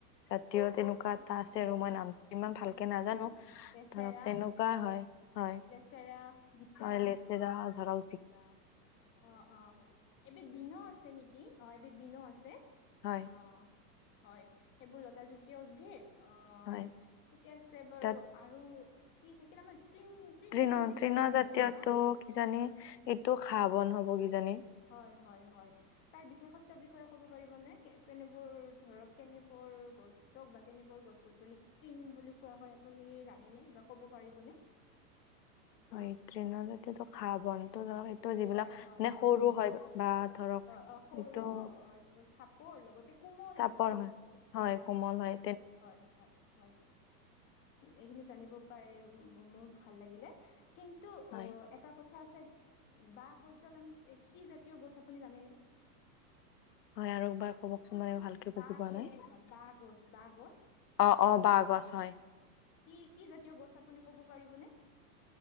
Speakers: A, on the left (about 75°); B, on the left (about 25°).
A: এতিয়াও তেনেকুৱা
B: হয়
A: এটা আছে আৰু মই নামটো ইমান
B: হয়
A: ভালকে
B: হয়
A: নাজানো।
B: হয় লেচেৰা
A: ধৰক তেনেকুৱা হয়। হয়
B: লেচেৰা, জিকা
A: হয়' লেচৈৰা ধৰাক
B: অ অ এবিধ বিন আছে নেকি অ এবিধ বিন আছে
A: হয়
B: অ হয় এইবোৰ লতা জুতীয়া উদ্ভিদ অ
A: হয়
B: ঠিকে আছে বাৰু
A: তাত
B: আৰু কি থাকিল আমাৰ তৃণ তৃণজাতীয়
A: তৃণ
B: উদ্ভিদৰ
A: তৃণ
B: কথা
A: জাতীয়টো
B: কৈছে ন
A: কিজানি এইটো খা বন হব কিজানি
B: হয় হয় হয় তাৰ বিশেষত্বৰ বিষয়ে ক'ব পাৰিবনে কেনেবোৰ ধৰক কেনেবোৰ গছক বা কেনেবোৰ গছ গছনি কি বুলি কোৱা হয় আপোনী জানেনে বা ক'ব পাৰিবনে
A: অ ট্ৰেইনৰত খা বনতো ধ টো যিবিলাক
B: হয়
A: মানে
B: হয়
A: সৰু হয় বা ধৰক
B: অ সৰু
A: এইটো
B: চাপৰ অ লগতে কোমল
A: চাপৰ
B: খুব
A: হয় হয় কোমল হয়
B: হয় হয় হয় এইখিনি জানিব পাই মোৰ ভাল লাগিলে কিন্তু
A: হয়
B: অ এটা কথা কঠ আছে বাঁহ গছডাল আমি কি জাতীয় গছ আপুনি জানেনে
A: হয় আৰু একবাৰ ক'ব তমাৰও ভালকে
B: বাঁহ
A: বুজি পোৱা
B: গছজোপা
A: নাই
B: বাঁহ গছ বাঁহ গছ
A: অ অ বহ গছ হয়
B: কি কি জাতীয় গছ আপুনি ক'ব পাৰিবনে